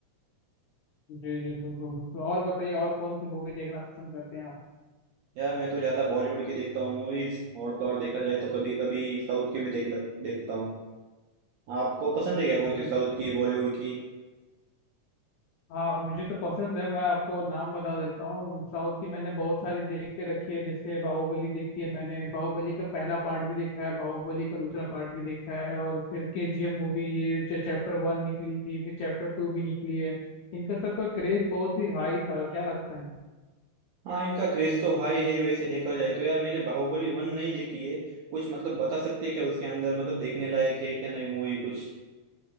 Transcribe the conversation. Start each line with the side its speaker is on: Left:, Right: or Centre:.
Left: जी जी बिल्कुल बिल्कुल और बताइए और कौन सी मूवी देखना पसंद करते हैं आप
Right: यार मैं तो ज्यादा बॉलीवुड की देखता हूँ मूवीज और तो और देखा जाए तो कभी कभी साउथ की भी देख लग, देखता हूँ आपको पसंद है क्या कौन
Left: अच्छा
Right: सी
Left: अच्छा
Right: साउथ की बॉलीवुड की
Left: हाँ मुझे तो पसंद है मैं आपको नाम बता देता हूँ साउथ की मैंने बहुत सारी देख के रखी है जैसे बाहुबली देखी है मैंने बाहुबली का पहला पार्ट भी देखा है बाहुबली का दूसरा पार्ट भी देखा है और फिर केजीएफ मूवी ये जो चैप्टर वन निकली थी फिर चैप्टर टू भी निकली है इनका सबका क्रेज बहुत ही हाई था क्या लगता है
Right: हाँ इनका क्रेज तो हाई है वैसे देखा जाए तो यार मैंने बाहुबली वन नहीं देखी है कुछ मतलब बता सकते हैं क्या उसके अंदर मतलब देखने लायक है क्या नहीं मूवी कुछ